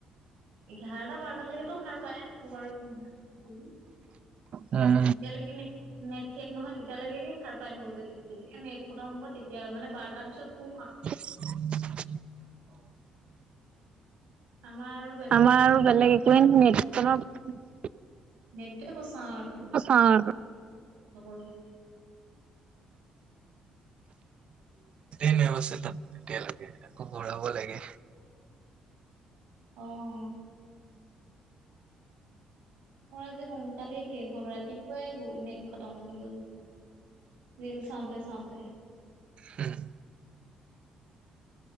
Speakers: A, on the right; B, on the right.
A: এঘাৰটা - বাৰটালৈকেতো সাৰ পায়ে থাকোঁ বাৰু।
B: উম।
A: যেতিয়ালৈকে নে-নেট শেষ নহয়, তেতিয়ালৈকে সাৰ পাই থাকো, যে যেতিয়া নেট খতম হ'ব তেতিয়া আৰু মানে বাৰটা পাছত শুম আৰু।
B: <inaudible>
A: আমাৰ বেলেগ
B: আমাৰ
A: একোৱে
B: আৰু
A: নাই
B: বেলেগ
A: নেটকনৰ
B: একোৱেই <unintelligible>
A: নেটটোৱেই বচাওঁ আৰু একো
B: চাওঁ আৰু।
A: নকৰো।
B: <unintelligible> আছে তাত এতিয়ালৈকে আকৌ ঘূৰাব লাগে।
A: আহ। মোৰ আজি সোনকালেই শেষ হ'ল, ৰাতিপুৱাই গ নেট খতম হৈ গ'ল। ৰীল চাওঁতে চাওঁতে।
B: উম।